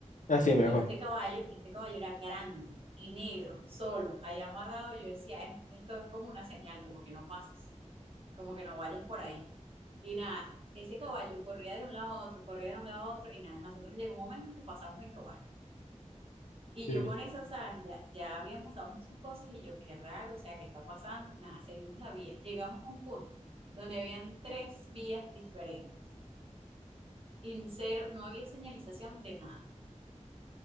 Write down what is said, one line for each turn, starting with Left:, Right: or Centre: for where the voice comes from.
Left: Así mejor.
Right: Y este caballo, este caballo era grande y negro, solo, ahí amarrado. Yo decía, "Es- esto es como una señal, como que no pases, como que no vayas por ahí. Y nada, ese caballo corría de un lado a otro, corría de un lado a otro, y nada, nosotros llegó un momento en que pasamos el caballo. Y
Left: Sí,
Right: yo
Left: sí.
Right: con eso, ¿sabes? Ya, ya habíamos dado muchas cosas y yo, qué raro, o sea, ¿qué está pasando? Nada, seguimos la vía. Llegamos a un punto donde habían tres vías diferentes y cero, no había señalización de nada.